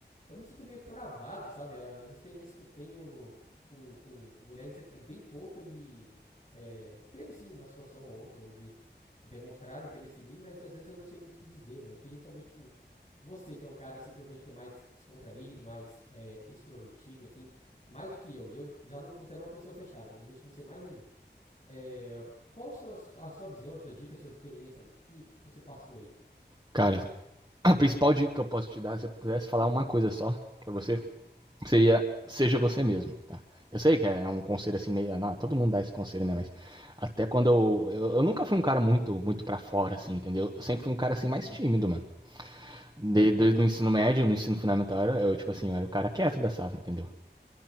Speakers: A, on the left; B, on the right.
A: eu me sinto meio travado, sabe? As experiências que eu tenho com, com mulheres é é bem pouca e. é, teve sim uma situação ou outra onde demonstraram interesse em mim, mas às vezes eu não sei muito o que dizer, velho. Eu queria saber, tipo, você que é um cara assim que eu vejo que é mais descontraído, mais é, extrovertido, assim mais do que eu, e eu já não me considero uma pessoa fechada, mas eu vejo que você mais ainda. É, qual são as- a, sua visão, as suas dicas, as suas experiências, mano? O que, que, que você passou aí?
B: Cara, a principal dica que eu posso te dar, se eu pudesse falar uma coisa só pra você, seria seja você mesmo, tá? Eu sei que é um conselho assim meio. Não, todo mundo dá esse conselho, né? Mas até quando eu. Eu, eu nunca fui um cara muito muito para fora, assim, entendeu? Eu sempre fui um cara assim mais tímido, mano. Desde
A: Ô, louco.
B: no ensino médio, no ensino fundamental, eu, eu, tipo assim, eu era o cara quieto da sala, entendeu?